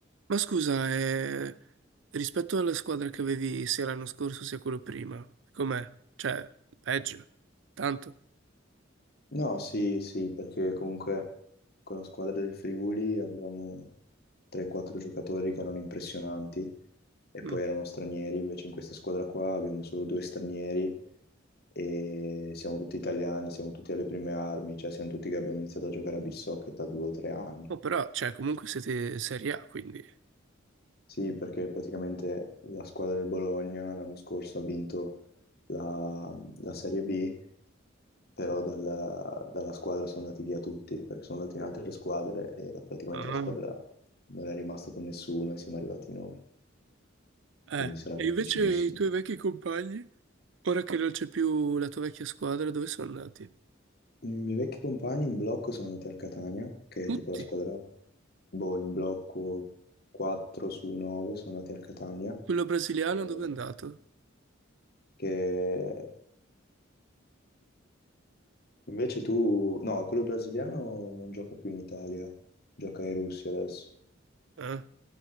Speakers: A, on the right; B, on the left.
A: Ma scusa, eh, rispetto alla squadra che avevi sia l'anno scorso sia quello prima, com'è? Cioè, peggio? Tanto?
B: No, sì, sì, perché comunque con la squadra del Friuli avevamo 3-4 giocatori che erano impressionanti e
A: Mm.
B: poi erano stranieri, invece in questa squadra qua abbiamo solo due stranieri e siamo tutti italiani, siamo tutti alle prime armi, cioè siamo tutti che abbiamo iniziato a giocare a beach soccer da due o tre anni.
A: Oh, però, cioè, comunque siete Serie A, quindi...
B: Sì, perché praticamente la squadra del Bologna l'anno scorso ha vinto la, la Serie B, però dalla, dalla squadra sono andati via tutti, perché sono andati in altre squadre e la- praticamente
A: Ah.
B: la squadra non è rimasta con nessuno e siamo arrivati noi,
A: Eh,
B: quindi sarà
A: e
B: difficilissimo.
A: invece i tuoi vecchi compagni, ora che non c'è più la tua vecchia squadra, dove sono andati?
B: I miei vecchi compagni in blocco sono andati al Catania, che
A: Tutti?
B: è tipo la squadra boh, in blocco 4 su 9 sono andati al Catania,
A: Quello brasiliano
B: che,
A: dove è andato?
B: che invece tu, no, quello brasiliano non gioca più in Italia, gioca in Russia adesso.
A: Ah,